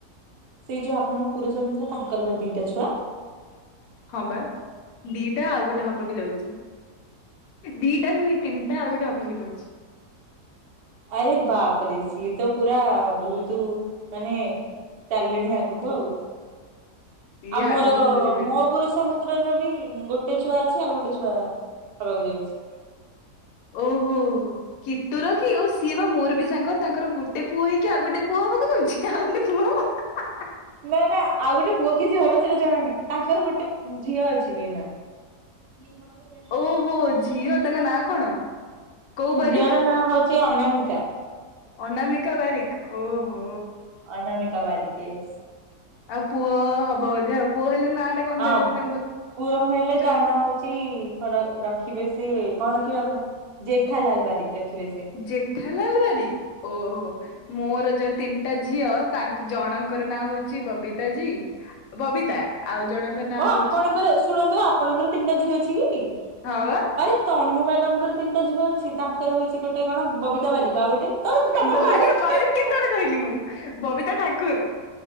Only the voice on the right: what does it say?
ସେଇ ଯୋଉ ଆପଣଙ୍କ ପୁରୁଷ ମିତ୍ର ତାଙ୍କର ବା ଦିଟା ଛୁଆ।
ଆରେ ବାପରେ, ସିଏ ତ ପୁରା ବହୁତୁ ମାନେ ଚାଲିଲେଣି ଆଗକୁ ଆଉ।
ଆଉ
ମୋର
ମୋ ପୁରୁଷ ମତେ ମତ୍ରରେ ବି ଗୋଟେ ଛୁଆ ଅଛି ଆଉ ଗୋଟେ ଛୁଆ ହେବାକୁ ଯାଉଛି।
ନା ନା ଆଉ ଗୋଟେ ପୁଅ କି ଝିଅ ହବ ସେଇଟା ଜଣାନାହିଁ। ତାଙ୍କର ଗୋଟେ ଉଁ ଝିଅ ଅଛି କି ନା? ଇଏ କଣ କହିଲେ
ହୋ।
ଝିଅର ନାଁ ହଉଚ୍ ଚି ଅନାମିକା।
ଅନାମିକା ବାରିକ୍ ଇଏସ୍।
ହଁ
ପୁଅ ହେଲେ
ତା ନାଁ ହଉଛି ଖରା ରଖିବେ ସେ କଣ ରଖିବେ ଆପଣ? ଜେଠାଲାଲ ବାରିକ ରଖିବେ ସେ।
ଓ
ଆପଣଙ୍କର ଶୁଣନ୍ତୁ ଆପଣଙ୍କର ତିନିଟା ଝିଅ ଅଛି କି?
ଆରେ ତନୁ ମ୍ୟାଡାମ ର ତିନିଟା ଝିଅ ଅଛି ତାଙ୍କର ହଉଛି ଗୋଟେ କଣ ବବିତା ବାରିକ ଆଉ ଗୋଟେ ତମ ତମର
ବାରିକ କେମିତି
ହବ?